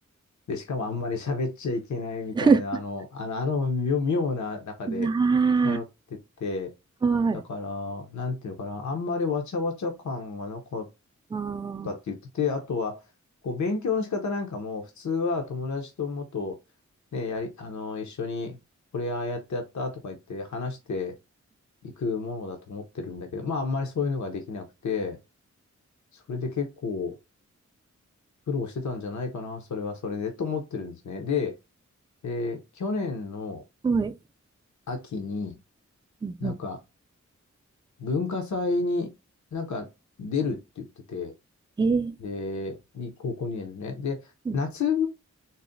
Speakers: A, on the left (about 70°); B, on the right (about 15°).
A: で、しかもあんまり喋っちゃいけないみたいな、
B: <laughs>
A: あの、あの、あの妙妙な中で通ってて、
B: ああ、はい。
A: だから、なんていうかな、あんまりわちゃわちゃ感がなかっ
B: ああ、
A: たって言ってて、あとは、こう、勉強の仕方なんかも、普通は友達ともっと、ね、やり、あの、一緒に、これああやってやったとか言って話していくものだと思ってるんだけど、まあ、あんまりそういうのができなくて、それで結構苦労してたんじゃないかな、それはそれで、と思ってるんですね。で、えー去年の
B: はい。
A: 秋に、
B: うんうん
A: なんか、文化祭になんか出るって言ってて、
B: えー、
A: で、に高校2年のね。で、
B: うん
A: 夏